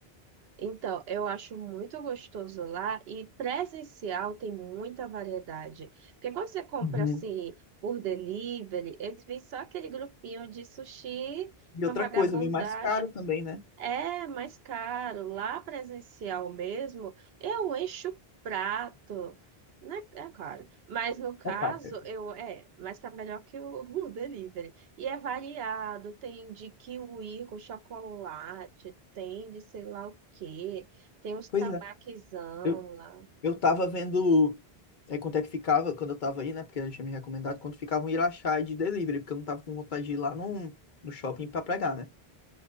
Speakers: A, on the right; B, on the left.
A: Então, eu acho muito gostoso lá e presencial tem muita variedade. Porque quando você compra
B: Uhum.
A: assim por delivery, eles vêm só aquele grupinho de sushi,
B: E
A: uma
B: outra
A: vagabundagem.
B: coisa, vem mais caro também, né?
A: É mais caro. Lá presencial mesmo, eu encho o prato. Né? É claro. Mas no caso,
B: É caro. É caro.
A: eu é, mas tá melhor que o, <laughs> o delivery. E é variado, tem de kiwi com chocolate, tem de sei lá o quê, tem uns
B: Pois
A: tambaquezão
B: é. Eu,
A: lá.
B: eu tava vendo é, quanto é que ficava quando eu tava aí, né? Porque ela tinha me recomendado quanto ficava um Irachá de delivery, porque eu não tava com vontade de ir lá no, no shopping pra pregar, né?